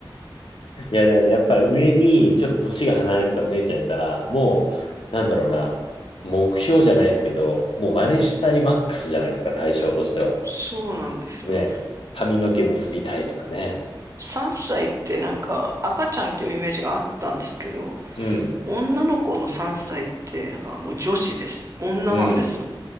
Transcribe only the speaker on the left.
いやでもね、やっぱり上にちょっと年が離れたお姉ちゃんいたら、もう、なんだろうな。目標じゃないですけど、もう真似したいマックスじゃないですか、対象としては。
ね。髪の毛結びたいとかね。
うん。
うん。